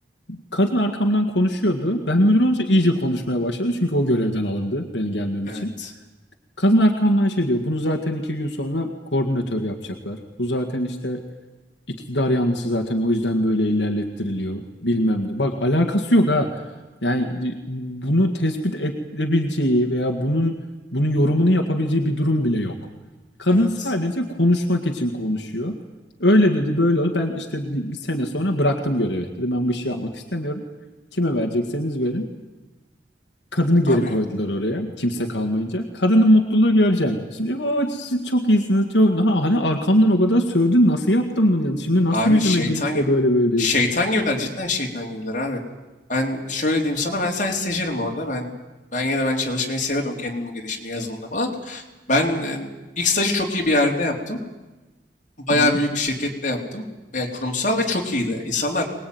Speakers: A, on the left; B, on the left.
A: Kadın arkamdan konuşuyordu. Ben müdür olunca iyice konuşmaya başladı. Çünkü o görevden alındı benim gelmem
B: Evet.
A: için. Kadın arkamdan şey diyor. Bunu zaten iki gün sonra koordinatör yapacaklar. Bu zaten işte İktidar yanlısı zaten o yüzden böyle ilerlettiriliyor bilmem ne. Bak alakası yok ha. Yani bunu tespit edebileceği veya bunun bunun yorumunu yapabileceği bir durum bile yok. Kadın
B: Evet.
A: sadece konuşmak için konuşuyor. Öyle dedi böyle oldu. Ben işte bir, bir sene sonra bıraktım görevi. Dedim ben bu işi yapmak istemiyorum. Kime verecekseniz verin. Kadını geri
B: Abi
A: koydular oraya. Kimse kalmayınca. Kadının mutluluğu göreceksin. Şimdi o siz çok iyisiniz. Çok... Ha, hani arkamdan o kadar sövdün. Nasıl yaptın bunu yani? Şimdi nasıl
B: Abi
A: yüzüme
B: şeytan
A: gülüp
B: gibi.
A: de böyle böyle diyorsun?
B: Şeytan gibiler cidden şeytan gibiler abi. Ben şöyle diyeyim sana ben sadece stajyerim orada. Ben ben yine de ben çalışmayı sevmedim kendimi gelişmeyi yazılımda falan. Ben e, ilk stajı çok iyi bir yerde yaptım. Bayağı
A: Hı hı.
B: büyük bir şirkette yaptım. Veya kurumsal ve çok iyiydi. İnsanlar